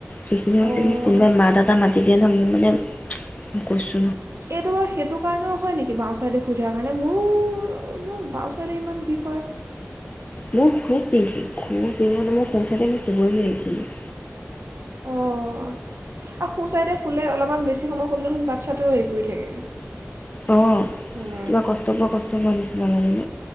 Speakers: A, on the left; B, on the right.
A: সেইখিনি সময়ত
B: অঁ
A: যদি মোক কোনোবাই মাত এটা মাতি তেতিয়া ন মোৰ মানে কৈছো
B: এইটো বাৰু সেইটো কাৰণেও হয় নেকি? বাওঁ চাইতে শু - শুই থকা কাৰণে মোৰো মোৰ বাওঁ ছাইদে ইমান বিষ হয়।
A: মোৰ খুব পিচি খুব বিহ মানে মোৰ সো চাইতে মই শুবই নোৱাৰিছিলো।
B: অঁ আৰু সোচাইতে শুলে অলপমান বেছি সময় শুল দেখোন বাচ্ছাটোও হেৰি কৰি থাকে।
A: অঁ
B: মানে
A: কিবা কষ্ট পোৱা কষ্ট পোৱা নিচিনা লাগে ন!